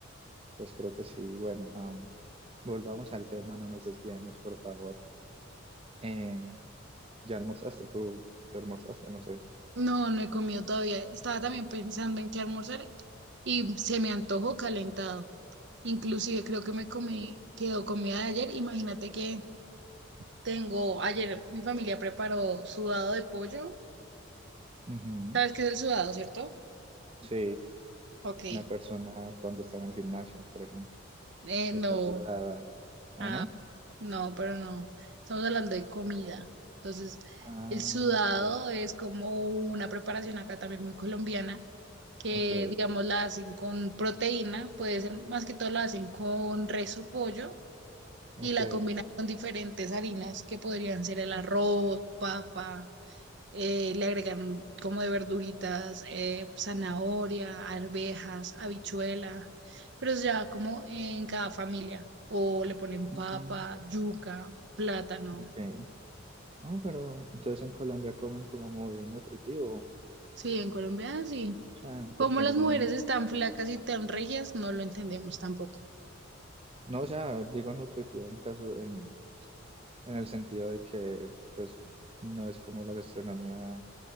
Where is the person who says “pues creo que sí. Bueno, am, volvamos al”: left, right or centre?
Right